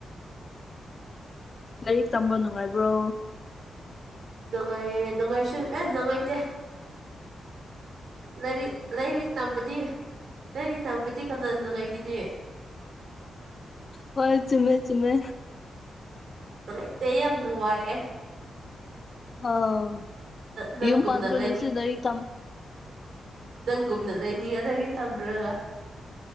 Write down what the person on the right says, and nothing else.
ꯗꯒꯥꯏꯌꯦ ꯗꯒꯥꯏꯁꯨ ꯑꯦ ꯗꯉꯥꯏꯇ ꯂꯥꯏꯔꯤꯛ ꯂꯥꯏꯔꯤꯛ ꯇꯝꯕꯗꯤ ꯂꯥꯏꯔꯤꯛ ꯇꯝꯕꯗꯤ ꯀꯅꯥ ꯅꯨꯡꯉꯥꯏꯒꯤꯅꯤ
ꯅꯨꯡꯉꯥꯏꯇ ꯌꯥꯝ ꯅꯨꯡ ꯋꯥꯏꯌꯦ
ꯅꯪꯒꯨꯝꯅ
ꯂꯩꯅꯤꯡ
ꯀꯨꯝꯅ ꯂꯩꯅꯤꯌꯦ ꯂꯩꯔꯤ ꯇꯝꯗꯨꯔꯒ